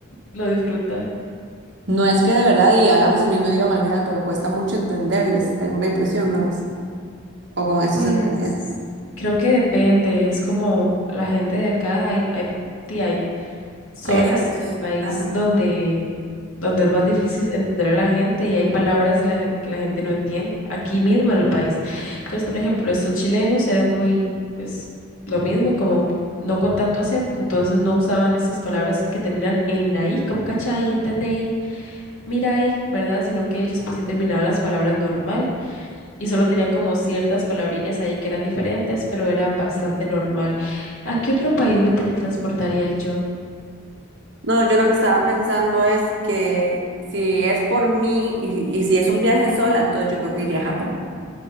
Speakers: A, on the left; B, on the right.
A: lo disfruta.
B: no es que de verdad, y hablamos el mismo idioma al final, pero cuesta mucho entenderles, tengo la impresión, ¿no es? O con esto
A: Pues
B: se entendía.
A: creo que depende, es como la gente de acá, hay, hay, di- hay zonas
B: Hay acentos.
A: del país
B: Ajá.
A: donde, donde es más difícil entender a la gente y hay palabras de la, gen- que la gente no entiende, aquí mismo en el país. Entonces, por ejemplo, estos chilenos eran muy, pues, lo mismo, como no con tanto acento, entonces no usaban esas palabras que terminan en la i, como cachai, entendei, mirai, ¿verdad? Sino que ellos pues sí terminaban las palabras normal y solo tenían como ciertas palabrillas ahí que eran diferentes, pero era bastante normal. ¿A qué otro país me teletransportaría yo?
B: No, yo lo que estaba pensando es que si es por mí y, y si es un viaje sola, entonces yo creo que iría a Japón.